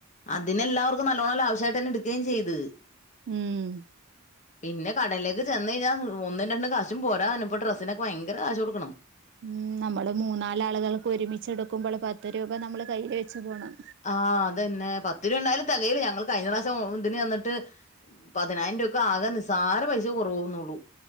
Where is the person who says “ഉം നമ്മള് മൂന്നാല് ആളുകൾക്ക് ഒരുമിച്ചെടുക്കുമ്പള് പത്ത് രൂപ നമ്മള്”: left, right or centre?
Right